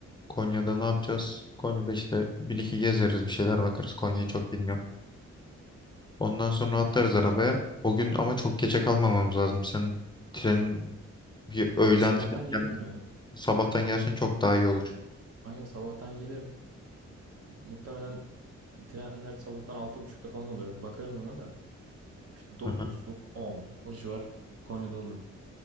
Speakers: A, on the left (about 15°); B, on the right (about 55°).
A: Konya'da ne yapacağız? Konya'da işte bir iki gezeriz bir şeyler bakarız. Konya'yı çok bilmiyorum. Ondan sonra atlarız arabaya. O gün ama çok geçe kalmamamız lazım. Senin trenin bir öğlen
B: Sabahtan
A: falan
B: gelirim
A: gelmesi-
B: ya.
A: sabahtan gelsen çok daha iyi olur.
B: Aynen sabahtan gelirim. Muhtemelen trenler sabahtan altı buçukta falan oluyor. Bir Bakarım ona da. İşte dokuz
A: Hı hı.
B: dokuz, on o civar Konya'da olurum.